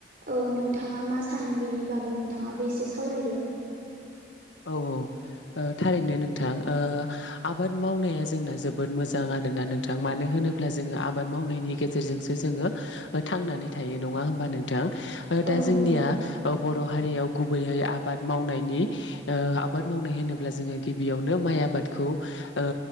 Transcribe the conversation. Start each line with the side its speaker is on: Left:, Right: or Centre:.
Right: औ नोंथाङा मा सानो बिनि बागै नोंथाङाबो एसे सावरायदो।
Left: औ औ। थारैनो नोंथां ओ आबाद मावनाया जोंना जोबोद मोजां आरोना नोंथां मानो <unintelligible> होनोब्ला जोङो आबाद मावनायनि गेजेरजोंसो जोङो थांनानै थायो नङा होमबा नोंथां? दा
Right: औ
Left: जोंनिया
Right: नंगौ
Left: बर' हारियाव गुबैयै आबाद मावनायनि ओ आबाद मावनाय होनोब्ला जोङो गिबियावनो माइ आबादखौ ओ